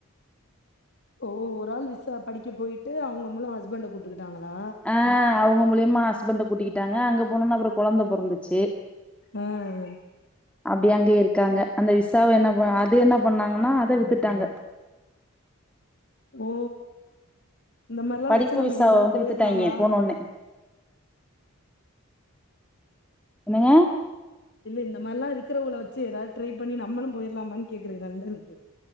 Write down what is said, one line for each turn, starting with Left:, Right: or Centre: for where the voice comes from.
Left: ஓ ஒரு ஆள் விசா படிக்க போயிட்டு அவங்க மூலோ ஹஸ்பண்ட்ட கூப் டுக்கிட்டாங்களா
Centre: ஆ அவங்க மூலியமா ஹஸ்பண்ட்ட கூட்டிக்கிட்டாங்க அங்க போனோனே அப்பறோ கொழந்த பொறந்துச்சி
Left: ம்
Centre: அப்டி அங்கயே இருக்காங்க அந்த விசாவ என்ன ப அது என்ன பண்ணாங்கனா அத வித்துட்டாங்க
Left: ஓ இந்த மாரில்லா
Centre: படிப்பு
Left: வச்சி நம்ம
Centre: விசாவ
Left: எங்குட்டாவது
Centre: வந்து
Left: போயிரலாமா
Centre: வித்துட்டாய்ங்க போனோனே என்னங்க
Left: இல்ல இந்த மாரிலா இருக்குறவகள வச்சி எதாது ட்ரை பண்ணி நம்மளு போயிர்லாமானு கேக்குற லண்டனுக்கு